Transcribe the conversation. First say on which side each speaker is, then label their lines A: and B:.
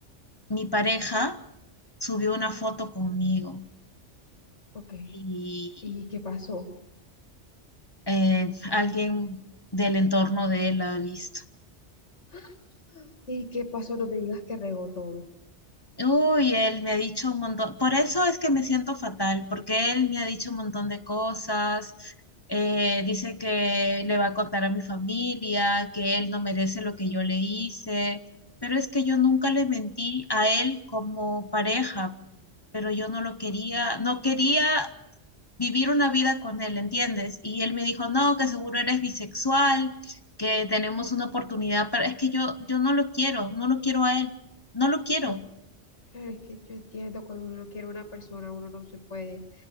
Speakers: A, on the left; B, on the left.
A: mi pareja subió una foto conmigo
B: ok.
A: y,
B: ¿Y qué pasó?
A: eh, alguien del entorno de él ha visto.
B: <gasps> ¿Y qué pasó? No me digas que regó todo.
A: Uy, él me ha dicho un montón, por eso es que me siento fatal, porque él me ha dicho un montón de cosas, eh, dice que le va a contar a mi familia, que él no merece lo que yo le hice, pero es que yo nunca le mentí a él como pareja, pero yo no lo quería,
B: Ok,
A: no quería vivir una vida con él, ¿entiendes? Y él me dijo, no, que seguro eres bisexual, que tenemos una oportunidad, pero es que yo, yo no lo quiero, no lo quiero a él, no lo quiero.
B: claro. Claro, es que yo entiendo, cuando uno no quiere a una persona, uno no se puede,